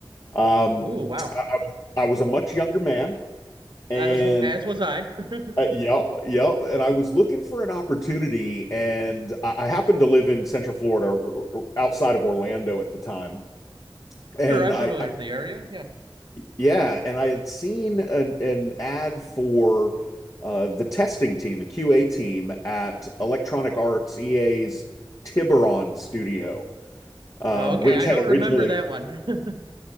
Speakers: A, on the left; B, on the right.
A: Um,
B: Ooh, wow.
A: I, I was I was a much younger man,
B: As
A: and
B: as was I. <laughs>
A: uh, yeah, yeah, and I was looking for an opportunity, and I, I happened to live in Central Florida, or- or outside of Orlando at the time, and
B: Sure, I'm
A: I
B: familiar
A: I
B: with the area. Yeah.
A: Yeah, and I had seen an, an ad for uh, the testing team, the QA team at Electronic Arts EA's Tiburon studio, um,
B: Oh, okay.
A: which
B: I
A: had
B: don't remember
A: originally,
B: that one. <laughs>